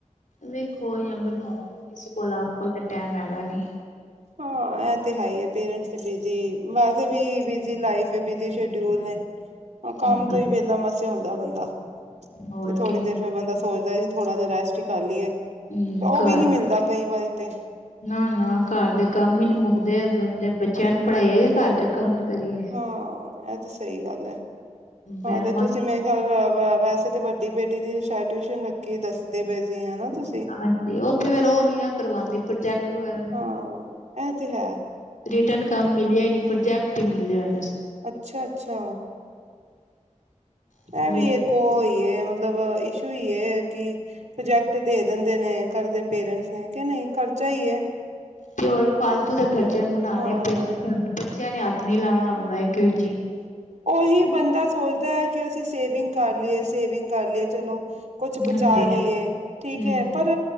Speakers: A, on the left; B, on the right.
A: ਵੇਖੋ ਜਾਂ, ਬਣਵਾਓ ਵੀ ਕਿਸੇ ਕੋਲ ਆਪ ਕੋਲ ਤਾਂ ਟਾਈਮ ਹੈਗਾ ਨੀ!
B: ਹਾਂ ਇਹ ਤੇ ਹੈ, ਹੀ ਆ! ਪੇਰੈਂਟਸ ਤੇ ਬਿਜੀ, ਵੀ ਬਿਜ਼ੀ ਲਾਈਫ ਬਿਜੀ ਸ਼ਡਿਊਲ ਨੇ ਕੰਮ
A: ਹਾਂਜੀ।
B: ਤੋਂ, ਹੀ ਵਿਹਲਾ ਮਸੇ ਆਉਂਦਾ ਬੰਦਾ
A: ਹੋਰ
B: ਤੇ ਥੋੜ੍ਹੀ
A: ਕੇ
B: ਦੇਰ ਫੇਰ ਬੰਦਾ ਸੋਚਦਾ ਥੋੜਾ ਜਿਹਾ ਰੈਸਟ ਹੀ! ਕਰ ਲਈਏ ਤੇ
A: ਹੂੰ
B: ਉਹ
A: ਘਰ
B: ਵੀ ਨੀ, ਮਿਲਦਾ ਕਈ ਵਾਰੀ ਤੇ
A: ਨਾ -ਨਾ ਘਰ ਦੇ ਕੰਮ ਹੀ, ਨੀ ਮੁੱਕਦੇ ਬੰਦੇ ਬੱਚਿਆਂ ਨੂੰ ਪੜ੍ਹਾਈ ਹੈਗੇ ਘਰ ਦੇ ਕੰਮ ਕਰੀਏ।
B: ਹਾਂ ਇਹ ਤੇ ਸਹੀ ਗੱਲ ਹੈ! ਹਾਂ
A: ਮੈਡਮਾਂ
B: ਤੇ ਤੁਸੀਂ ਮੈਂ ਗੱਲ ਵੈਸੇ ਤੇ ਵੱਡੀ ਬੇਟੀ ਦੀ ਸ਼ਾਇਦ ਟਿਊਸ਼ਨ ਰੱਖੀ ਦੱਸਦੇ ਪਏ ਸੀ ਹਨਾ ਤੁਸੀਂ
A: ਹਾਂਜੀ ਉੱਥੇ ਫਿਰ ਉਹ ਨੀ, ਨਾ ਕਰਵਾਉਂਦੀ ਪ੍ਰੋਜੈਕਟ ਵਗੈਰਾ ਨ
B: ਹਾਂ ਇਹ ਤੇ ਹੈ
A: ਰਿਟਰਨ ਕੰਮ ਮਿਲਿਆ ਨਾ ਪਰਜੈਕਟ ਹੀ ਮਿਲਿਆ।
B: ਅੱਛਾ -ਅੱਛਾ
A: ਹੂੰ।
B: ਐ ਵੀ ਕੋ ਈਏ ਮਤਲਬ ਇਸ਼ੂ ਹੀ, ਕਿ ਪ੍ਰੋਜੈਕਟ ਦੇ, ਦਿੰਦੇ ਨੇ ਕਰਦੇ ਪੇਰੈਂਟਸ ਨੇ, ਕਹਿੰਦੇ ਨਹੀਂ ਖਰਚਾ ਹੀ ਹੈ।
A: ਤੇ ਹੋਰ ਫਾਲਤੂ ਦੇ ਖਰਚੇ, ਬਨਾਉਣੇ
B: ਹਾਂ।
A: <unintelligible> ਬੱਚਿਆਂ ਨੇ ਹੱਥ ਨੀ ਲਾਣਾ ਹੁੰਦਾ ਇੱਕ ਵਿੱਚ ਈ।
B: ਓਹੀ ਬੰਦਾ ਸੋਚਦਾ ਕਿ ਅਸੀਂ ਸੇਵਿੰਗ ਕਰ ਲਈਏ, ਸੇਵਿੰਗ ਕਰ ਲਈਏ, ਚਲੋ। ਕੁਛ ਬਚਾ
A: ਹਾਂਜੀ।
B: ਲਈਏ, ਠੀਕ
A: ਹੂੰ
B: ਹੈ? ਪਰ